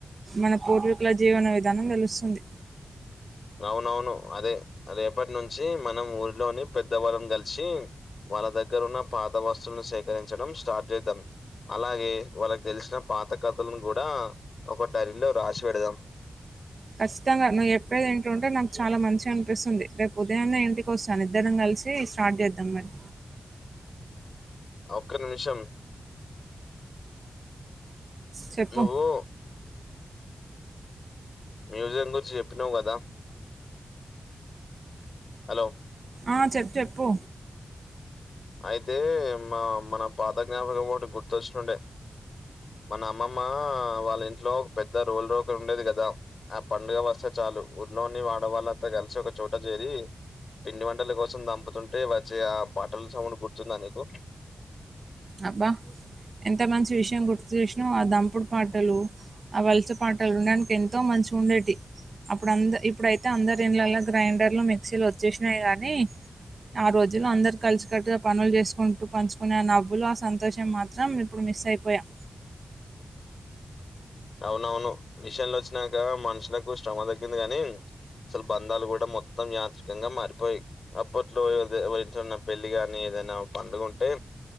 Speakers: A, on the right; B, on the left.
A: మన పూర్వీకుల జీవన విధానం తెలుస్తుంది
B: అవునవును అదే రేపటి నుంచి మనం ఊరిలోని పెద్దవాళ్ళను కలిసి వాళ్ళ దగ్గర ఉన్న పాత వస్తువులను సేకరించడం స్టార్ట్ చేద్దాం అలాగే వాళ్ళకి తెలిసిన పాత కథలను కూడా ఒక డైరిలో రాసి పెడుదాం
A: ఖచ్చితంగా నువ్వు చేప్పేది వింటుంటే నాకు చాలా మంచి అనిపిస్తుంది రేపు ఉదయాన్నే ఇంటికోస్తాను ఇద్దరం కలిసి స్టార్ట్ చేద్దాం మరి
B: ఒక్క నిమిషం
A: చెప్పు
B: నువ్వు మ్యూజియం గురించి చెప్పినవ్ కదా హలో
A: ఆ చెప్పు చెప్పు
B: అయితే మా మన పాత జ్ఞాపకం ఒకటి గుర్తొచ్చుండే మన అమ్మమ్మ వాళ్ళ ఇంట్లో ఒక పెద్ద రోలు రోకలు ఉండేది కదా ఆ పండుగ వస్తే చ చాలు ఊర్లోని ఆడవాళ్ళంతా కలిసి ఒక చోట చేరి పిండి వంటల కోసం దంపుతుంటే వచ్చి ఆ బట్టల్ సౌండ్ గుర్తుంద నికు
A: అబ్బా ఎంత మంచి విషయం గుర్తు చేసినా ఆ దంపుడు పాటలు ఆ వలస పాటలు వినడానికి ఎంతో మంచిగా ఉండేటివి అప్పుడు అంద ఇప్పుడైతే అందరు ఇండ్లల్ల గ్రైండర్లు మిక్సీలు వచ్చేసినాయి గానీ ఆ రోజుళ్ళో అందరు కలిసి కట్టుగా పనులు చేసుకుంటూ పంచుకునేన వ్వులు ఆ సంతోషం మాత్రం ఇప్పుడు మిస్ అయిపోయాం
B: అవునవును మిషన్లు వచ్చినంక మనుషులకు శ్రమ తగ్గింది గాని అసలు బంధాలు కూడా మొత్తం యాత్రికంగా మారిపోయి అప్పట్లోన్న వే పెళ్లి కాని ఏదైనా పండుగుంటే